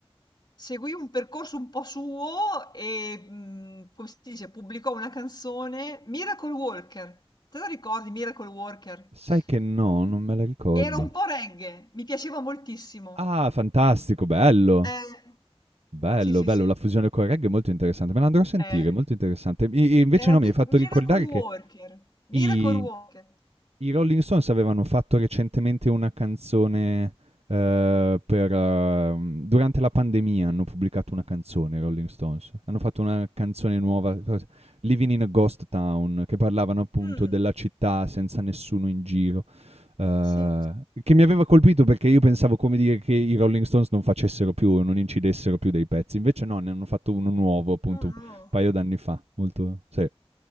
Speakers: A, on the left (about 45°); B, on the right (about 80°).
A: seguì un percorso un po' suo e, mhmm, come si dice, pubblicò una canzone, Miracle Walker. Te lo ricordi Miracle Walker?
B: Sai che no,
A: Mh,
B: non me la ricordo.
A: era un po' reggae, mi piaceva moltissimo.
B: Ah, fantastico, bello.
A: Eh,
B: Bello,
A: sì, sì,
B: bello,
A: sì,
B: la fusione col reggae è molto interessante, me la andrò a sentire,
A: eh,
B: molto interessante. I invece
A: era
B: no,
A: Mic
B: mi hai fatto
A: Miracle
B: ricordare che
A: Walker, Miracle
B: I
A: Walker.
B: i Rolling Stones avevano fatto recentemente una canzone, ehm, per mhmm, durante la pandemia hanno pubblicato una canzone i Rolling Stones. Hanno fatto una canzone nuova, cos "Living in a Ghost Town", che parlavano appunto
A: Mh,
B: della città senza nessuno in giro, ehm,
A: sì,
B: che mi aveva colpito perché io pensavo, come dire, che i Rolling Stones non facessero più non incidessero più dei pezzi, invece no, ne hanno fatto uno nuovo appunto
A: no, no.
B: un paio d'anni fa, molto sì